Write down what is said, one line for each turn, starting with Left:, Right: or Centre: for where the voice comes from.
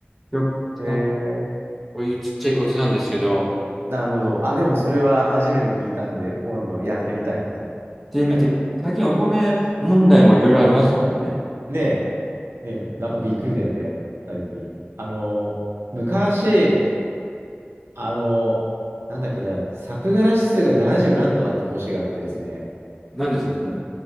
Centre: よく、
Right: す。へえ、
Centre: あこういうちっちゃいコツなんですけど、
Right: なるほど。あ、でもそれは初めて聞いたんで、今度やってみたいなと思います。
Centre: で、見て、
Right: はい。
Centre: 最近お米問題もいろいろありますもんね。
Right: ねえ、ねえ、なんかびっくりだよね、最近。あの、昔、あの、なんだっけな、作柄指数が70何とかっていう年があってですね、
Centre: 何ですか、それ。